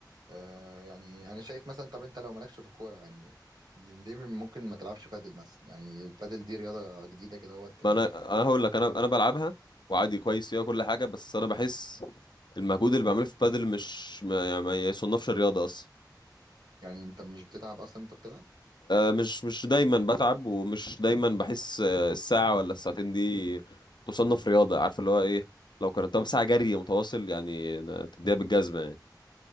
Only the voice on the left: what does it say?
ما
انا انا هقول لك انا انا بلعبها وعادي كويس فيها وكل حاجه بس انا بحس المجهود اللي بعمله في بادل مش ما يعني ما يصنفش رياضه اصلا
مش مش دايما بتعب ومش دايما بحس آه، الساعة ولا الساعتين دي تصنف رياضة عارف اللي هو ايه لو كانت طب ساعة جري متواصل يعني تديها بالجزمة يعني أنت